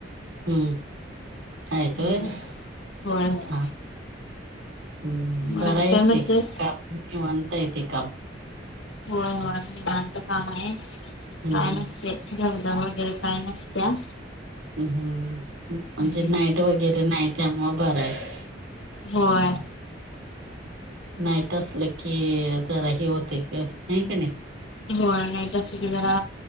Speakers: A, on the right; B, on the left.
A: हम्म आतोय
B: हम्म
A: हा
B: होय होय
A: हम्म
B: मग
A: बरं
B: आणि
A: आहे
B: काय म्हणतेस
A: ते काम निवता येते काम
B: होय होय मी वाहांत काम आहे
A: हम्म
B: काय नसत दगदा वगैरे काय नसत्या
A: म्म म्हणजे
B: हम्म
A: नाईट वगैरे नाही त्यामु बरं आहे
B: होय
A: नाहीट असलं की जरा हे होते हे का नाही
B: हो नाही जग जरा